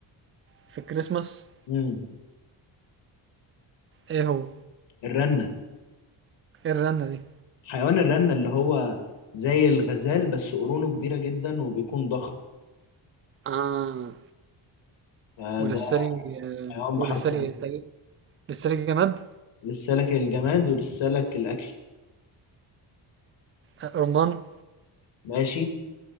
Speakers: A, on the right (about 30°); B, on the left (about 75°).
A: في الكريسماس
B: امم
A: ايه هو
B: الرنه
A: ايه الرنة دي
B: حيوان الرنه اللي هو زي الغزال بس قرونه كبيره جدا وبيكون ضخم
A: اه
B: فده
A: وللسري آه
B: حيوان
A: وللسري
B: بحرف الر
A: إيه؟ طيب. للسري جماد
B: لسالك الجماد ولسالك الأكل
A: آه رمان
B: ماشي